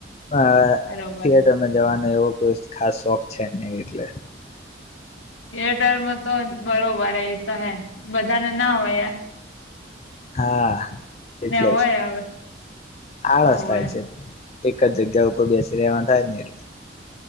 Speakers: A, on the left; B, on the left.
A: અ
B: બરોબર
A: થિયેટરમાં જવાનો એવો કોઈ ખાસ શોખ છે નઈ એટલે.
B: થિયેટરમાં તો બરોબર એ તો હે બધાને ના હોય એ
A: હા, એટલે
B: હોય
A: જ
B: હવે
A: આળસ
B: હોય
A: થાય છે. એક જ જગ્યા ઉપર બેસી રહેવાન થાય ને એટલે.